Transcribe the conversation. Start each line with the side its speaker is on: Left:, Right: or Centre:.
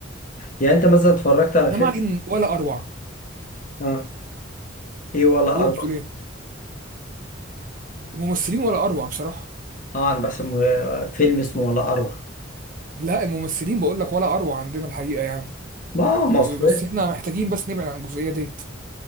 Left: يعني انت مثلا اتفرجت على
Right: انما
Left: فيلم
Right: قاعدين ولا اروع
Left: اه ايه ولا
Right: قول
Left: اروع
Right: بتقول ايه الممثلين ولا اروع بصراحه
Left: اه انا بحسب آه، فيلم اسمه ولا اروع
Right: لا الممثلين بقول لك ولا اروع عندنا الحقيقه يعني
Left: ما مصر
Right: آه، بس احنا محتاجين بس نبعد عن الجزئيه ديت